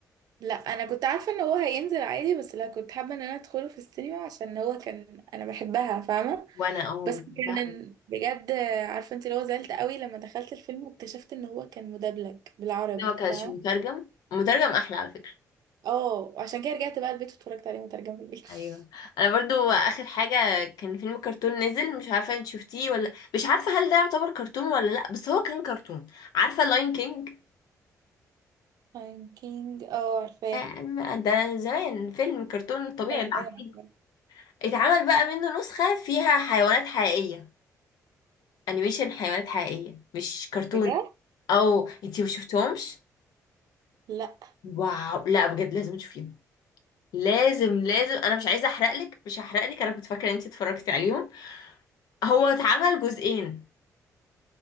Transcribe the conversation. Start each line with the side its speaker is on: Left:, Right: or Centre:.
Right: لا انا كنت عارفه ان هو هينزل عادي بس لا كنت حابه ان انا ادخله في السينما عشان هو كان انا بحبها فاهمه
Left: وانا او
Right: بس كان
Left: لا
Right: بجد عارفه انت اللي هو زعلت قوي لما دخلت الفيلم واكتشفت ان هو كان مدبلج بالعربي
Left: ده ما كانش
Right: فاهمه
Left: مترجم مترجم احلى على فكره
Right: اه عشان كده رجعت بقى البيت واتفرجت عليه مترجم في البيت <laughs>
Left: ايوه انا برضو اخر حاجه كان فيلم كرتون نزل مش عارفه انت شفتيه ولا مش عارفه هل ده يعتبر كرتون ولا لا بس هو كان كرتون عارفه لاين كينج
Right: لاين كينج اه عارفاه
Left: آه، ما- ده زمان فيلم كرتون طبيعي
Right: ايوه
Left: اللي
Right: ايوه
Left: عارفينه
Right: عارفاه
Left: اتعمل بقى منه نسخة فيها حيوانات حقيقية انيميشن حيوانات حقيقية مش كرتون
Right: بجد
Left: او انتي ما شفتهمش
Right: لا
Left: واو لا بجد لازم تشوفيهم لازم لازم انا مش عايزه احرقلك مش هحرقلك انا كنت فاكره ان انتي اتفرجتي عليهم هو اتعمل جزئين